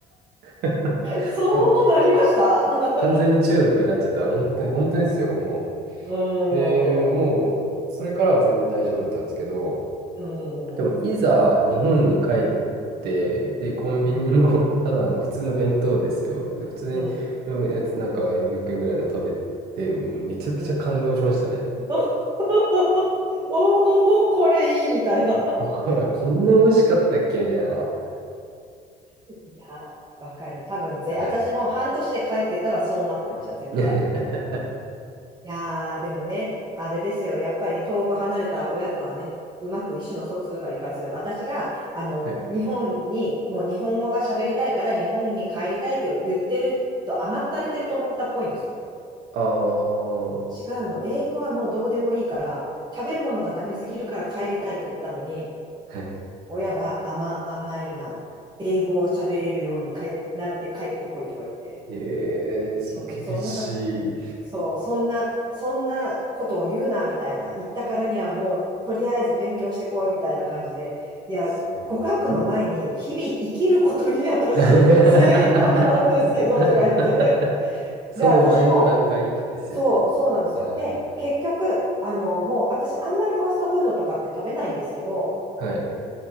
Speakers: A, on the right; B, on the right.
A: <laughs>
B: そうなりました
A: もう
B: <laughs>
A: 完全に中毒になっちゃったら、本当に、本当にですよ、もう。
B: うーん、
A: で、もう、それからは全然大丈夫だったんですけど、
B: うん、
A: でも、いざ日本に帰って、で、コンビニの
B: うん、うん、
A: <laughs> ただの普通の弁当ですよ。で普通に、
B: うん、うん、
A: うん、やつ、なんか400円ぐらいの食べて、もうめちゃくちゃ感動しましたね。
B: <laughs> うん。<laughs> おお、これいいみたいな
A: あ、
B: <laughs>
A: ご飯、<laughs> こんな美味しかったっけみたいな。
B: いや、わかる。多分ぜ、
A: はい。
B: 私も半年で帰ってたらそうなってました、絶対。
A: <laughs>
B: いやー、でもね、あれですよ。やっぱり遠く離れた親とはね、うまく意思の疎通がいかず、私が、あの、
A: はい。
B: 日本に、もう日本語が喋りたいから日本に帰りたいって言ってると甘ったれてると思ったっぽいんですよ。
A: ああ、は
B: 違うの。英語はもうどうでもいいから、食べるものがダメすぎるから帰りたいって言ったのに、
A: い。
B: 親は甘、甘えるな。英語を喋れるように帰、なって帰ってこいとか言って。
A: ええそう、
B: <laughs>
A: 厳しい。
B: もうそんなそう、そんな、そんなことを言うな、みたいな。言ったからにはもう、とりあえず勉強してこい、みたいな感じで。いや、
A: すごいです。
B: 語学の前に、日々生きることに私、
A: <laughs>
B: <laughs> 精一杯なんですけど、とか言って。
A: その前の段階ですよね。
B: で、私も、そう、
A: もうはい。
B: そうなんですよ。で、結局、あの、もう私、あんまりファストフードとかって食べないんですけど、
A: はい。